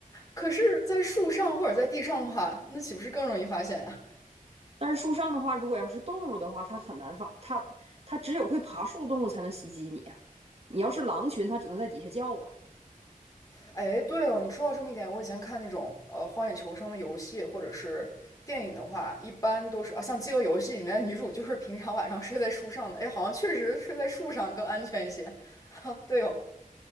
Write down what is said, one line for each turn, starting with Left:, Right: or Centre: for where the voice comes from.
Left: 可是，在树上或者在地上的话，那岂不是更容易发现呀？
Right: 但是树上的话，如果要是动物的话，它很难发，它它只有会爬树的动物才能袭击你啊。你要是狼群，它只能在底下叫啊。
Left: 哎，对哦，你说到这么一点，我以前看那种呃《荒野求生》的游戏或者是电影的话，一般都是啊，像《饥饿游戏》里面的女主就是平常晚上睡在树上的，哎，好像确实睡在树上更安全一些。<laughs> 啊，对哦，